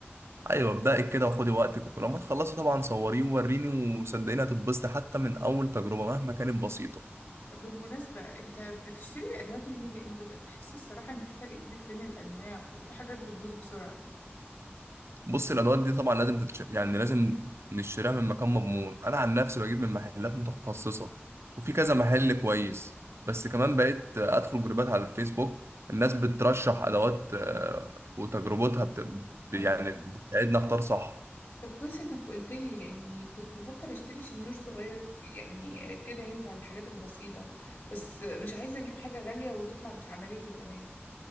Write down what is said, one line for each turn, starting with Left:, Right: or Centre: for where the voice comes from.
Right: ايوه ابدأي كده وخدي وقتك ولما تخلصي طبعا صوريه ووريني وصدقيني هتتبسطي حتى من اول تجربه مهما كانت بسيطه
Left: طب بالمناسبة انت بتشتري الأدوات منين؟ لأني بدأت أحس الصراحة إن في فرق كبير بين الأنواع وفي حاجات بتبوظ بسرعة
Right: بص الادوات دي طبعا لازم تتش... يعني لازم نشتريها من مكان مضمون انا عن نفسي بجيب من محلات متخصصه وفي كذا محل كويس بس كمان بقيت ادخل جروبات على الفيسبوك الناس بترشح ادوات آه، وتجربتها بت...
Left: اه
Right: يعني بتساعدنا اختار صح
Left: طب كويس إنك قلت لي لأني كنت بفكر أشتري شنيور صغير يعني كده ينفع للحاجات البسيطة بس مش عايزة أجيب حاجة غالية وتطلع مش عملية كمان